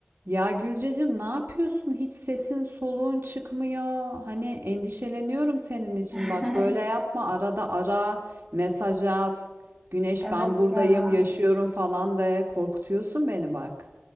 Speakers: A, on the right; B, in the centre.
A: Ya Gülcecim ne yapıyorsun? Hiç sesin soluğun çıkmıyor. Hani endişeleniyorum senin için.
B: <laughs>
A: Bak böyle yapma. Arada ara, mesaj at. Güneş
B: Evet
A: ben buradayım,
B: ya.
A: yaşıyorum falan de. Korkutuyorsun beni bak.